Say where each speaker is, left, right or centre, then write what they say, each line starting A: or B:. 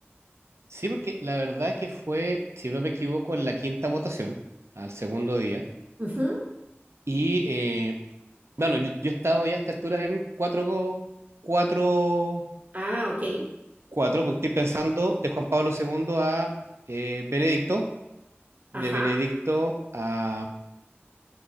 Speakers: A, on the right; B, on the right.
A: Sí, porque la verdad que fue, si no me equivoco, en la quinta votación, al segundo día.
B: Ujú.
A: Y eh, bueno, yo, yo he estado ya a esta altura en cuatro, go- cuatro,
B: Ah, ok.
A: cuatro, porque estoy pensando de Juan Pablo II a eh, Benedicto,
B: Ajá.
A: de Benedicto a,